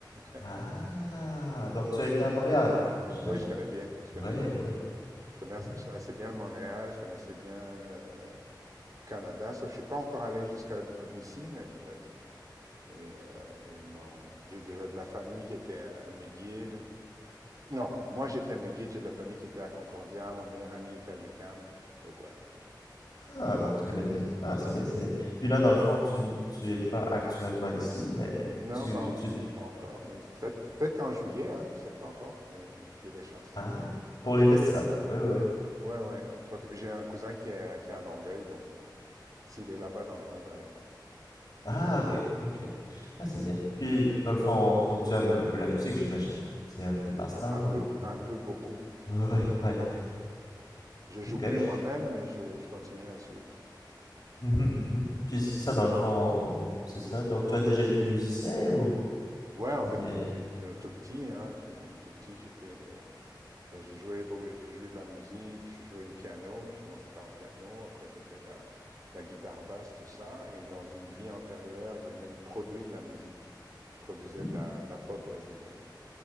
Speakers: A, on the right; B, on the left.
A: <laughs>
B: Ah, donc tu as été à Montréal, j'imagine.
A: Oui, je connais bien, je connais
B: Oui,
A: bien Montréal.
B: oui.
A: Je connais as-
B: Ah,
A: assez bien le Montréal, je connaissais bien euh, Canada. Sauf que je suis pas encore allé jusqu'à à BC, mais ouais. Et, euh, et mon- j'ai déjà de la famille qui était à McGill. Non, moi j'étais à McGill, j'ai de la famille qui était à Concordia, mon meilleur ami était à l'UQAM. Donc ouais,
B: Ah, donc tu connais bien. Ah, c'est bien,
A: ouais, ouais.
B: c'est bien. Puis là, dans
A: ouais.
B: le fond, tu, tu es pas actuellement ici, mais
A: Non,
B: tu,
A: pas, en-
B: tu...
A: pas encore, mais peut-être peut-être qu'en juillet, hein, je sais pas encore, mais il y a des chances.
B: Ah, pour les festivals. Oui, oui, oui.
A: Ouais, ouais, entre autres. Et puis j'ai un cousin qui est, à- qui est à Longueuil, donc euh, s'il est là-bas dans le coin, je vais aller le voir.
B: Ah, ok, ok. Ah, c'est bien. Puis, dans le fond, donc tu aimes un peu la musique, j'imagine. C'est un de tes passe-temps
A: Un
B: ou...
A: peu, un peu beaucoup.
B: <laughs> Ouais, ouais.
A: Je joue
B: Ok.
A: plus moi-même, mais je, je continue à suivre, quoi.
B: Mhm, mhm. Puis ça, dans le fond, c'est ça. Donc, tu as déjà été musicien ou,
A: Ouais, en
B: ou
A: fait,
B: bien...
A: tout- depuis euh, tout petit, hein, j'ai- tout petit, j'étais euh, Ben, J'ai joué, beau- j'ai joué de la musique, j'ai joué du piano, j'ai commencé par le piano, après j'ai fait la, la guitare basse, tout ça, et dans une vie antérieure, j'ai même produit de la musique. Je produisais
B: Hmm.
A: de la, de la pop brésilienne.